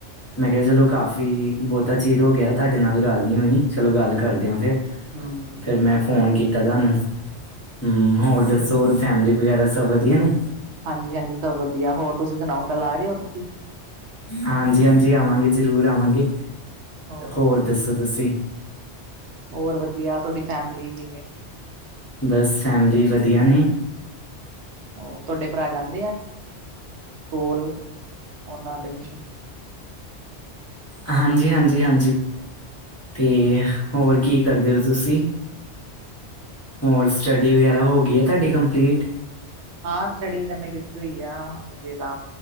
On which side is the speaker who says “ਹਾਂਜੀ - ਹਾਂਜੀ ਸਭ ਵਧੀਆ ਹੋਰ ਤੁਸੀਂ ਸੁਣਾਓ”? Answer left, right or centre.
Right